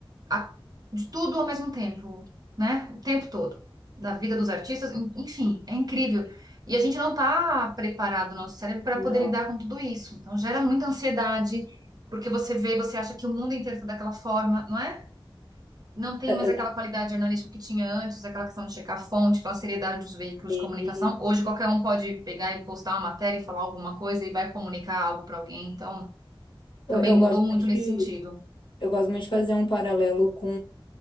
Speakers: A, on the right; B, on the left.
A: a- de tudo ao mesmo tempo, né? O tempo todo, da vida dos artistas, en- enfim, é incrível. E a gente não está preparado, o nosso cérebro, para
B: Não.
A: poder lidar com tudo isso. Então gera muita ansiedade, porque você vê, você acha que o mundo inteiro está daquela forma, não é? Não tem
B: É,
A: mais
B: é,
A: aquela qualidade jornalística que tinha antes, aquela questão de checar a fonte, aquela seriedade dos veículos
B: e
A: de comunicação. Hoje qualquer um pode pegar e postar uma matéria e falar alguma coisa e vai comunicar algo para alguém. Então também
B: Eu, eu
A: mudou
B: gosto
A: muito
B: muito
A: nesse
B: de,
A: sentido.
B: eu gosto muito de fazer um paralelo com